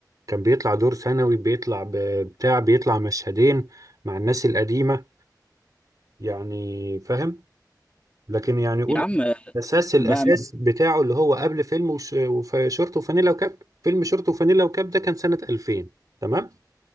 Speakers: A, on the right (about 55°); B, on the left (about 15°).
A: كان بيطلع دور ثانوي بيطلع ب- بتاع بيطلع مشهدين مع الناس القديمة يعني فاهم لكن يعني قول
B: يا عم
A: الأساس الأساس
B: ما ما-
A: بتاعه اللي هو قبل فيلم وش- وف- شورت وفانيلا وكاب فيلم شورت وفانيلا وكاب ده كان سنة 2000 تمام